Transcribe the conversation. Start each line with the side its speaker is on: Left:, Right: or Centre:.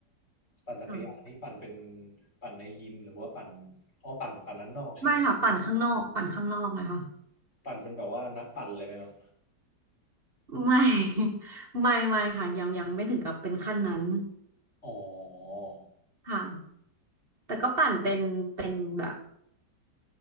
Left: ปั่นจักรยานนี่ปั่นเป็น
Right: ค่ะ
Left: ปั่นในยิมหรือว่าปั่นอ๋อปั่นปั่นด้านนอกใช่ไหม
Right: ไม่ค่ะปั่นข้างนอกปั่นข้างนอกนะคะ
Left: ปั่นเป็นแบบว่านักปั่นเลยไหมครับ
Right: ไม่ <laughs> ไม่ไม่ค่ะยังยังไม่ถึงกับเป็นขั้นนั้น
Left: อ๋อ
Right: ค่ะแต่ก็ปั่นเป็นเป็นแบบ